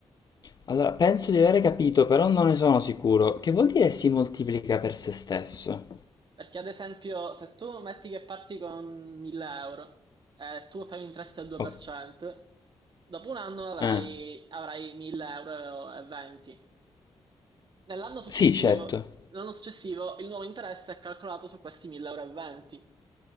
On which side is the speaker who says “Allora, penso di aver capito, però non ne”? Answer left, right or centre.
Left